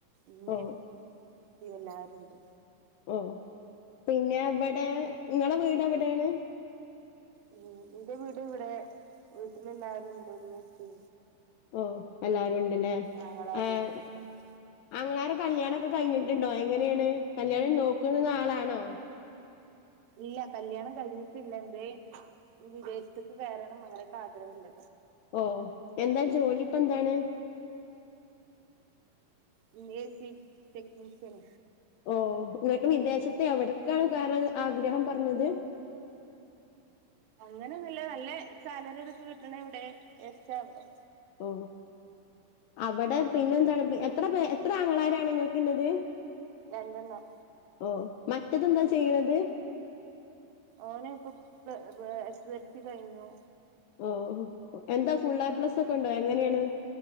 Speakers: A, on the right (about 85°); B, on the left (about 75°).
A: ഇമ്മീം
B: ഓ
A: ഇപ്പോം എല്ലാരുണ്ട്
B: ഓഹ് പിന്നെ എവിടെ നിങ്ങളെ വീട് എവിടെണ്
A: ഉം എന്റെ വീട് ഇവിടെ വീട്ടിലല്ലാരും ഉണ്ട് ഉമ്മീം പ്പി
B: ഓഹ് എല്ലാരുണ്ട്ല്ലേ
A: ആങ്ങളാരും
B: ആഹ്
A: ഒക്കെ ഉണ്ട്.
B: ആങ്ങളാരെ കല്യാണൊക്കെ കഴിഞ്ഞിട്ടുണ്ടോ എങ്ങനെയാണ് കല്യാണം നോക്കുന്ന ആളാണോ
A: ഇല്ല കല്ല്യാണം കഴിഞ്ഞിട്ടില്ല എന്തയ് വിദേശത്തേക്ക് കയറണം അങ്ങനെയൊക്കെ ആഗ്രഹള്ളത്
B: ഓഹ് എന്താ ജോലിപ്പ എന്താണ്
A: ജോലി എസി ടെക്നിഷ്യൻ
B: ഓഹ് ഇങ്ങക്ക് വിദേശത്ത് എവിടക്കാണ് കേറാൻ ആഗ്രഹം പറഞ്ഞത്
A: അങ്ങനെ ഒന്നുല്ല നല്ല സാലറി ഇതൊക്കെ കിട്ട്ണ എവിടെച്ച അവിടെ
B: ഓ അവിടെ പിന്നെ എന്താണ് എത്ര പേ എത്ര ആങ്ങളാരാണ് ഇങ്ങൾക്ക്ള്ളത്
A: രണ്ടെണ്ണം
B: ഓഹ് മറ്റേതെന്താ ചെയ്യ്ണത്
A: ഓന് ഇപ്പം പ്ല എസ് എസ് എൽ സി കഴിഞ്ഞു
B: ഓ എന്താ ഫുള്ള് എ പ്ലസ് ഒക്കെ ഉണ്ടോ എങ്ങനെയാണ്